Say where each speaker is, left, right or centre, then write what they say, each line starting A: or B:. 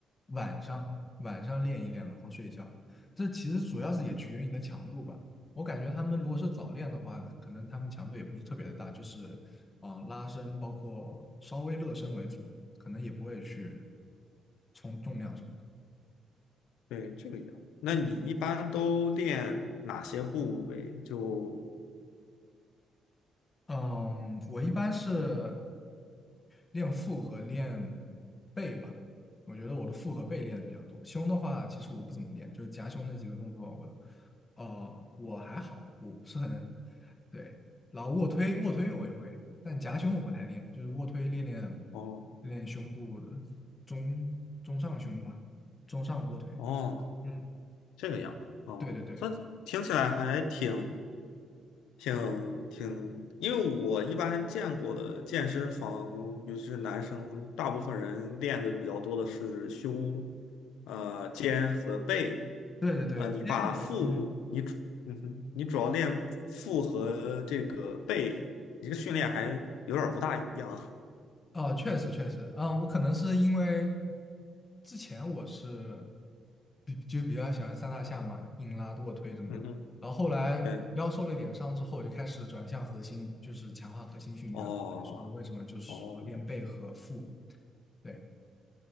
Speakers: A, on the left (about 30°); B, on the left (about 80°).
A: 晚上，晚上练一练，然后睡觉。这其实主要是也取决于你的强度吧。我感觉他们如果是早练的话，可能他们强度也不是特别的大，就是啊、呃拉伸，包括稍微热身为主，可能也不会去冲重量什么。
B: 对，这个样。那你一般都练哪些部位？就
A: 嗯，我一般是练腹和练背吧。我觉得我的腹和背练的比较多，胸的话，其实我不怎么练，就是夹胸那几个动作我，呃，我还好，我不是很对。然后卧推，卧推我也会，但夹胸我不太练，就是卧推练练
B: 哦
A: 练练胸部的中中上胸吧，中上卧推。
B: 哦，
A: 嗯，
B: 这个样哦，
A: 对对对
B: 它听起来还挺挺挺，因为我一般见过的健身房，尤其是男生，大部分人练的比较多的是胸、呃肩和背。
A: 对对对，
B: 呃，你把腹，
A: 这样呗。嗯。
B: 你主，嗯哼，你主要练腹和这个背，你这个训练还有点儿不大一样。
A: 哦，确实确实，嗯，我可能是因为之前我是比就比较喜欢三大项嘛，硬拉、卧推什么的，
B: <laughs> 嗯哼。
A: 然后后来腰受了一点伤之后，
B: 对，
A: 我就开始转向核心，就是强化核心训练了。
B: 哦
A: 还是说为什么就是说练背和腹，
B: 哦，
A: 对